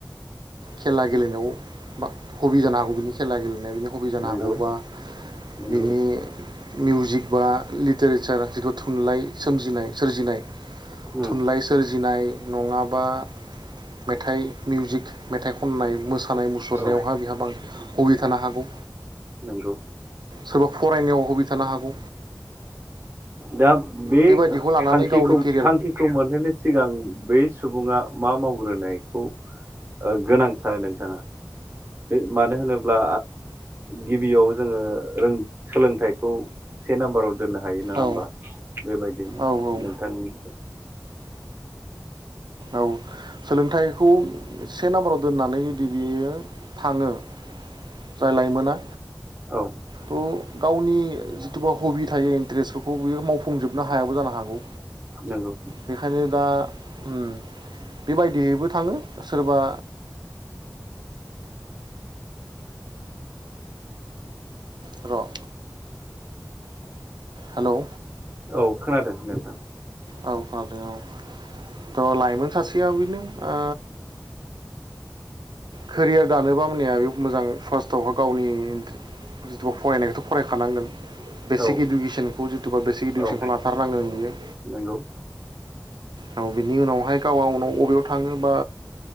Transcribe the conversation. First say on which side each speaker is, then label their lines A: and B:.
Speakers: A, on the right; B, on the right.
A: खेला गेलेनायाव बा हबि जानो हागौ बिनि खेला गेलेनायाव बिनि हबि जानो
B: नंगौ
A: हागौ बा
B: नंगौ
A: बिनि मिउजिक बा लिटारेसार जिथु थुनलाइ सोमजिनाय सोरजिनाय
B: उम
A: थुनलाइ सोरजिनाय नङाबा मेथाइ मिउजिक मेथाइ खननाय मोसानाय मुसुरनायावहा
B: औ
A: बिहा बां हबि थानो हागौ।
B: नंगौ
A: सोरबा फरायनायाव हबि थानो हागौ।
B: दा बे
A: बेबायदिखौ लानानै
B: थांखिखौ
A: गावनि के
B: थांखिखौ मोनहोनो सिगां बै सुबुङा मा मावग्रोनायखौ ओ गोनां सानो नोंथाङा बे मानो होनोब्ला गिबियाव जोङो सोलोंथाइखौ से नाम्बाराव दोननो हायो नङा
A: औ
B: होमबा बेबायदिनो
A: औ औ
B: नोंथांनि
A: औ सोलोंथाइखौ से नाम्बाराव दोननानै जुदि बियो थाङो जाय लाइमोना
B: औ
A: थ' गावनि जिथुबा हबि थायो इन्ट्रेस्टफोरखौ बियो मावफुंजोब नो हायाबो जानो हागौ
B: नंगौ
A: बेखायनो दा ओ बेबायदियैबो थाङो सोरबा र' हेलौ
B: औ खोनादों नोंथां
A: औ खोनादों औ थ' लाइमोन सासे सासेयाव बेनो आ केरियार दानोबा ओमानिया बे मोजां फार्स्टआवहा गावनि जिथु फरायनायखौथ' फरायखानांगोन बेसिक
B: औ
A: इडुकेसनखौ जिथुबा बेसिक इडुकेसनखौ
B: औ
A: लाथारनांगोन बियो
B: नंगौ
A: औ बिनि उनावहाय गाव गावनो वबेयाव थाङो बा